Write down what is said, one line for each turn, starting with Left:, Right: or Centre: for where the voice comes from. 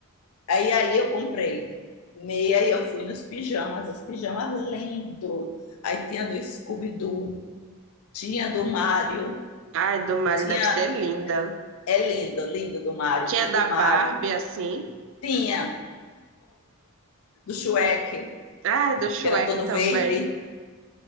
Left: Aí, aí eu comprei meia e eu fui nos pijamas, os pijamas lindo. Aí tinha do Scooby-Doo, tinha do Mario,
Right: Ai, do Mario
Left: tinha
Right: deve ser linda.
Left: É linda, linda do Mário.
Right: Tinha
Left: Tinha
Right: da
Left: do
Right: Barbie,
Left: Mário,
Right: assim.
Left: tinha do Shrek,
Right: Ai, do Shrek
Left: que era todo
Right: também.
Left: verde.